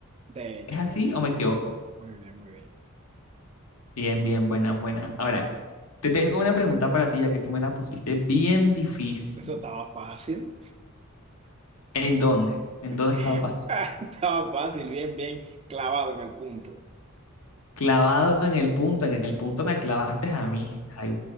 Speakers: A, on the right; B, on the left.
A: De hecho,
B: ¿Es así
A: de hecho,
B: o
A: muy
B: me equivoco?
A: bien, muy bien, muy bien, muy bien.
B: Bien, bien, buena, buena. Ahora, te tengo una pregunta para ti, ya que tú me la pusiste bien difícil.
A: Eso estaba fácil.
B: ¿En dónde? ¿En
A: <laughs>
B: dónde estaba fácil?
A: Estaba fácil, bien, bien clavado en el punto.
B: Clavado en el punto, en el punto me clavaste a mí. Ay,